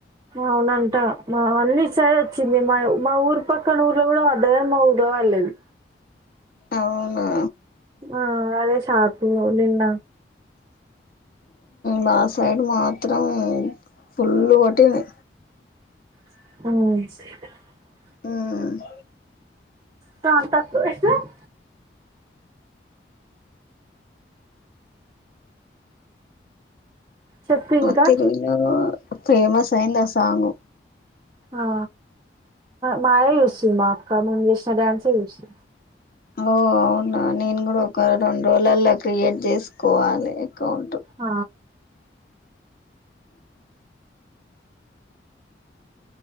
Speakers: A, on the right; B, on the left.
A: అవునంట మా అన్ని సైడ్ వచ్చింది మా మా ఊరు పక్కన ఊర్లో కూడా అధేందండి పోవలెదు
B: అవునా
A: ఆ అదే షాపీవో నిన్న
B: మా సైడ్ మాత్రం ఫుల్లు కొటింది
A: మ్మ్
B: మ్మ్
A: శాంతక్ ఏష్నవ్ చెప్పు ఇంకా
B: వతిరుల్లవ ఫేమస్ అయిందా సాంగ్
A: ఆ మాయా జూస్తుండాక్క మేమ్ జేష్ణ డ్యాన్స్ చూసి
B: ఓ అవునా నేను గుడా ఒక రొండు రోలల్లో క్రియేట్ చేసుకోవాలి అకౌం
A: ఆ